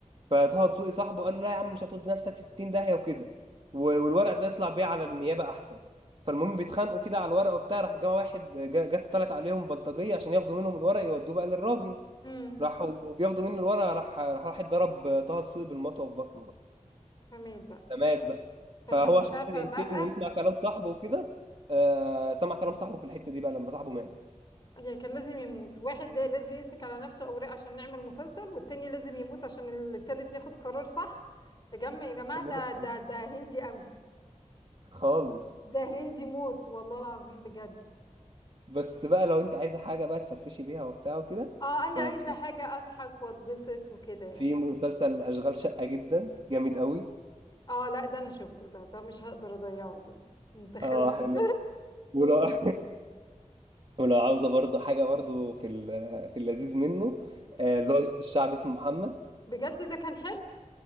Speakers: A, on the right (about 45°); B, on the left (about 35°).
A: فطه دسوقي صاحبه قال له لا يا عم مش هتود نفسك في 60 داهيه وكده و- والورق ده يطلع بيه على النيابه احسن فالمهم بيتخانقوا كده على الورق وبتاع راح جه واحد جا- جت طلعت عليهم بلطجيه عشان ياخدوا منهم الورق يودوه بقى للراجل
B: امم
A: راحوا بياخدوا منه الورق راح راح واحد ضرب طه دسوقي بالمطوه في بطنه
B: فمات بقى
A: فمات بقى
B: فشحتفى
A: فهو عشان خاطر ينتقم
B: بقى
A: ويسمع كلام صاحبه وكده آه سمع كلام صاحبه في الحتة دي بقى لما صاحبه مات
B: يعني كان لازم يموت واحد لا- لازم يمسك على نفسه اوراق عشان نعمل مسلسل والتاني لازم يموت عشان التالت ياخد قرار صح يا جماعة يا جماعة
A: عشان
B: ده
A: ياخد قرار
B: ده
A: صح.
B: ده هندي قوي
A: خالص
B: ده هندي موت والله العظيم بجد
A: بس بقى لو انت عايزة حاجة بقى تفرفشي بيها وبتاع وكده
B: اه
A: ففي
B: انا عايزه حاجه اضحك واتبسط وكده يعني
A: مسلسل أشغال شقة جدا جامد قوي
B: اه لا ده انا شفته ده ده مش هقدر اضيعه ده متخلف
A: اه حلو
B: <laughs>
A: ولو <laughs> ولو عاوزة برضو حاجة برضو في ال- في اللذيذ منه آه، اللي هو نص الشعب اسمه محمد
B: بجد ده كان حلو